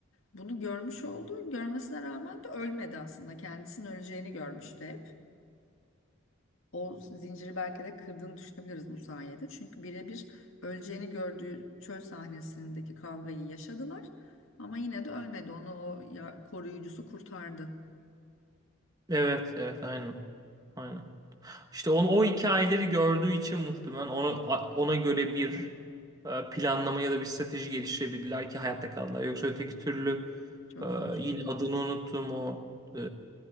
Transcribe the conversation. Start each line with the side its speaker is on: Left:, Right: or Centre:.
Left: Bunu görmüş oldu. Görmesine rağmen de ölmedi aslında. Kendisinin öleceğini görmüştü hep. O zinciri belki de kırdığını düşünebiliriz bu sayede. Çünkü birebir öleceğini gördüğü çöl sahnesindeki kavgayı yaşadılar. Ama yine de ölmedi. Onu o ya- koruyucusu kurtardı.
Right: Evet, evet aynen. Aynen. İşte onu, o hikayeleri gördüğü için muhtemelen ona, ona göre bir e, planlama ya da bir strateji geliştirebildiler ki hayatta kaldılar. Yoksa öteki türlü
Left: Çok
Right: e,
Left: zor.
Right: yine adını unuttum o e,